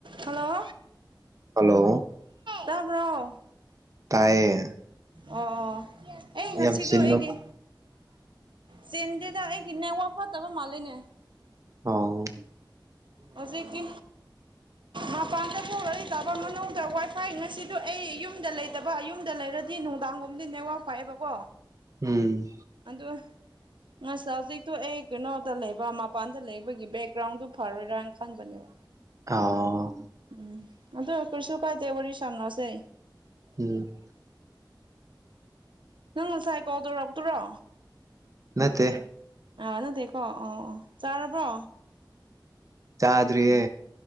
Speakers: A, on the right (about 80°); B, on the right (about 45°).
A: Hello
B: hello
A: ꯇꯕ꯭ꯔꯣ
B: ꯇꯥꯏꯌꯦ
A: ꯑꯣ ꯑꯣ ꯑꯩ
B: ꯌꯥꯝ
A: ꯉꯁꯤꯗꯣ
B: ꯆꯤꯟꯕ
A: ꯑꯩꯒꯤ ꯆꯤꯟꯗꯦꯗ ꯑꯩꯒꯤ ꯅꯦꯠꯋꯔꯣ꯭ꯛ ꯐꯠꯇꯕ ꯃꯥꯜꯂꯦꯅꯦ
B: ꯑꯧ
A: ꯍꯧꯖꯤꯛꯇꯤ
B: inaudible
A: ꯃꯄꯥꯟꯗꯀꯣ ꯑꯩ ꯇꯕ ꯃꯅꯨꯡꯗ ꯋꯥꯏꯐꯥꯏ ꯉꯁꯤꯗꯨ ꯑꯩ ꯌꯨꯝꯗ ꯂꯩꯇꯕ ꯌꯨꯝꯗ ꯂꯩ ꯔꯥunintelligible ꯗꯤ ꯅꯨꯡꯗꯥꯡꯒꯨꯝꯕꯗꯤ ꯅꯦꯠꯋꯥꯛ ꯐꯥꯏꯑꯦꯕꯀꯣ
B: ꯎꯝ
A: ꯑꯗꯨ inaudible ꯍꯧꯖꯤꯛꯇꯣ ꯑꯩ ꯀꯩꯅꯣꯗ ꯂꯩꯕ ꯃꯄꯥꯟꯗ ꯂꯩꯕꯒꯤ ꯕꯦꯛꯒ꯭ꯔꯥꯎꯟꯗꯨ ꯐꯔꯣꯏ ꯔꯥꯡꯈꯥꯟinaudible ꯕꯅꯦꯕ
B: ꯑꯥꯎ
A: ꯎꯝ ꯑꯗꯨ ꯀꯩꯁꯨ ꯀꯥꯏꯗꯦ ꯋꯥꯔꯤ ꯁꯥꯟꯅꯁꯦ
B: ꯎꯝ
A: ꯅꯪ ꯉꯁꯥꯏ ꯀꯣꯜ ꯇꯧꯔꯛꯄꯗꯨꯔꯣ
B: ꯅꯠꯇꯦ
A: ꯑꯥ ꯅꯠꯇꯦꯀꯣ ꯑꯣ ꯑꯣ ꯆꯔꯕꯣ
B: ꯆꯥꯗ꯭ꯔꯤꯌꯦ